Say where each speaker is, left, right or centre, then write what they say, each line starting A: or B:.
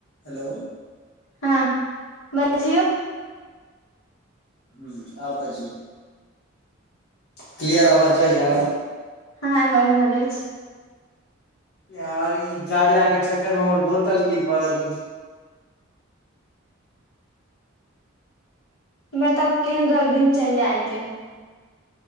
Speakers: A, on the left; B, on the left.
A: hello
B: हँ बजियौ
A: ह आब बाजियौ क्लियर अवाज जाय या
B: हँ आबि रहल अछि
A: ई कार्या के चक्कर मे हमर बोतल गिर पड़ल
B: बताउ केहन रहल दिनचर्या आय के